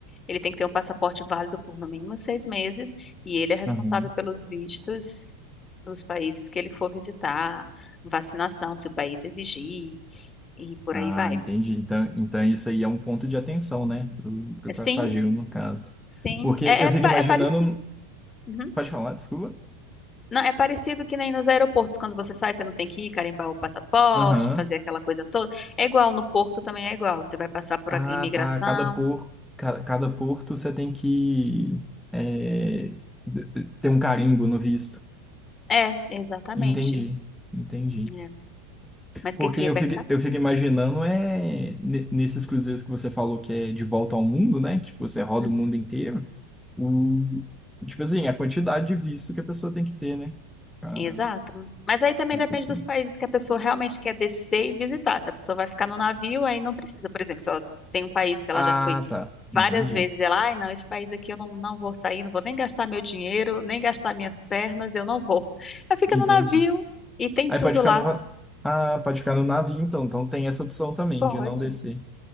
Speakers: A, on the left; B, in the centre.
A: Ele tem que ter um passaporte válido por no mínimo seis meses, e ele é responsável
B: aham.
A: pelos vistos dos países que ele for visitar, vacinação, se o país exigir. E por
B: Ah,
A: aí vai.
B: entendi. Então, então isso aí é um ponto de atenção, né? Pro, pro passageiro,
A: Sim,
B: no caso.
A: sim.
B: Porque
A: É,
B: eu
A: é,
B: fico
A: pa-
B: imaginando.
A: é parecido. Uhum.
B: Pode falar, desculpa.
A: Não, é parecido que nem nos aeroportos. Quando você sai, você não tem que ir carimbar o passaporte,
B: Aham.
A: fazer aquela coisa toda. É igual, no porto também é igual. Você vai passar por
B: Ah,
A: a imigração.
B: tá. Cada por, ca- cada porto você tem que é, d- ter um carimbo no visto.
A: É, exatamente.
B: Entendi, entendi.
A: É. Mas
B: Porque
A: o que que você
B: eu
A: ia perguntar?
B: fico, eu fico imaginando é ne- nesses cruzeiros que você falou que é de volta ao mundo, né? Tipo, você roda
A: Uhum.
B: o mundo inteiro. O, tipo assim, a quantidade de visto que a pessoa tem que ter, né? Ah,
A: Exato. Mas aí também depende
B: consigo.
A: dos países que a pessoa realmente quer descer e visitar. Se a pessoa vai ficar no navio, aí não precisa. Por exemplo, se ela tem um país que
B: Ah,
A: ela já foi
B: tá. Entendi.
A: várias vezes ela, ai, não, esse país aqui eu não, não vou sair, não vou nem gastar meu dinheiro, nem gastar minhas pernas, eu não vou. Ela fica
B: Entendi.
A: no navio e tem
B: Aí
A: tudo
B: pode ficar
A: lá.
B: no, va- ah, pode ficar no navio, então. Então tem essa opção também
A: Pode.
B: de não descer.